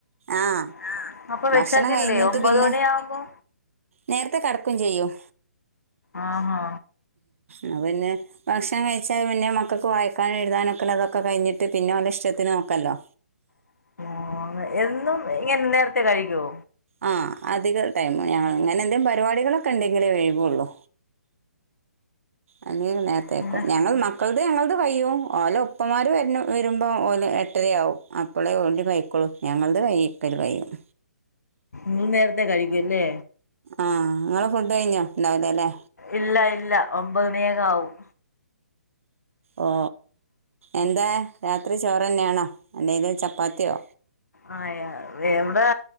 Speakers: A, on the right; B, on the left.
A: ആഹ്
B: ആ അപ്പൊ വിശക്കില്ലേ
A: ഭക്ഷണം കഴിഞ്ഞിട്ട്
B: ഒമ്പത്
A: പിന്നെ
B: മണിആവുമ്പോ
A: നേരത്തെ കടക്കും ചെയ്യും
B: ആഹ് ഹ
A: ന്ന പിന്നെ ഭക്ഷണം കഴിച്ചാൽ പിന്നെ മക്കൾക്ക് വായിക്കാനും എഴുതാനൊക്കെള്ളത് ക്കെ കഴിഞ്ഞിട്ട് പിന്നെ അവടെ ഇഷ്ടത്തിന് നോക്കല്ലോ
B: <unintelligible> എന്നും ഇങ്ങനെ നേരത്തെ കഴിക്കോ
A: ആ അധിക ടൈം ഞങ്ങൾ അങ്ങനെ എന്തേങ്കിലും പരിപാടികളൊക്കെ ഉണ്ടെങ്കിലേ വൈകുള്ളൂ അല്ലെങ്കിലും നേരത്തെക്കും
B: പിന്നെ
A: ഞങ്ങൾ മക്കളുടെ ഞങ്ങളുടെ വൈകും ഓല ഉപ്പമാർ വര്ണ വരുമ്പോൾ ഓല എട്ടരയാവും അപ്പോളേ ഓൽ കഴിക്കോളൂ ഞങ്ങളത് കൈക്കൽ കൈയും
B: നി നേരത്തെ കഴിക്കൂല്ലേ
A: ആഹ നിങ്ങള് ഫുഡ് കഴിഞ്ഞോ ഉണ്ടാവലേ അലെ
B: ഇല്ല ഇല്ല ഒമ്പത്ണിയക്കെ ആവും.
A: ഓ എന്താ രാത്രി ചോറന്നെയാണോ? അല്ലേല് ചപ്പാത്തിയോ?
B: ആ എവിടെ